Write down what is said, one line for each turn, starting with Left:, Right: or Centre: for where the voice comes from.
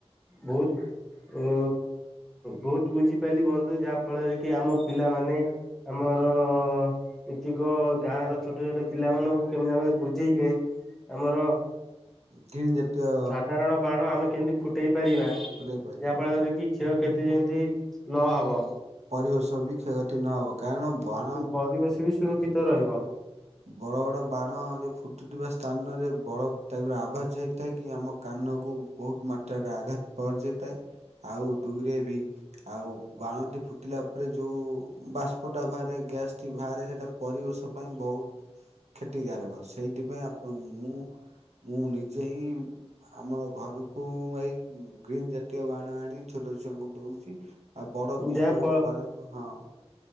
Centre: ବହୁତ ଉ ବହୁତ ବୁଝିପାରିଲି ବନ୍ଧୁ ଯାହା ଫଳରେ କି ଆମ ପିଲାମାନେ ଆମର ଏତିକ ଗାଁ ର ଛୋଟ ଛୋଟ ପିଲାମାନାନଙ୍କୁ କେମିତି ଆମେ ବୁଝେଇକି ଆମର
Right: ଗ୍ରୀନ୍ ଜାତୀୟ
Centre: କାରଣ ବାଣ ଆମେ କେମିତି ଫୁଟେଇ ପାରିବା।
Right: ଫୁଟେଇ ପାରିବେ।
Centre: ଯାହା ଫଳରେ କି କ୍ଷୟ। କ୍ଷତି ଯେମିତି ନହବ।
Right: ପରିବେଶ ବି କ୍ଷୟକ୍ଷତି ନହବ। କାରଣ ବାଣ
Centre: ପରିବେଶ ବି ସୁରକ୍ଷିତ ରହିବ।
Right: ବଡ ବଡ ବାଣ ଯଉ ଫୁଟୁଥିବା ସ୍ଥାନରେ ବଡ ଟାଇପ ର ଆବାଜ ହେଇଥାଏ କି ଆମ କାନକୁ ବହୁତ ମାତ୍ରାରେ ଆଘାତ ପହଞ୍ଚାଇଥାଏ ଆଉ ଦୁଇରେ। ଆଉ ବାଣଟି। ଫୁଟିଲା ପରେ ଯେଉଁ ବାଷ୍ପଟା ବାହାରେ ଗ୍ୟାସ୍ଟି ବାହାରେ ସେଇଟା ପରିବେଶ ପାଇଁ ବହୁତ କ୍ଷତିକାରାରକ ସେଇଥିପାଇଁ। ମୁଁ ମୁଁ ନିଜେ ହିଁ ଆମର ଘରକୁ ଏଇ ଗ୍ରୀନ ଜାତୀୟ ବାଣ ଆଣି ଛୋଟ ଛୁଆଙ୍କୁ ଦଉଛି ଆଉ ବଡ
Centre: ଯାହା ଫ
Right: ବାଣକୁ ହଁ।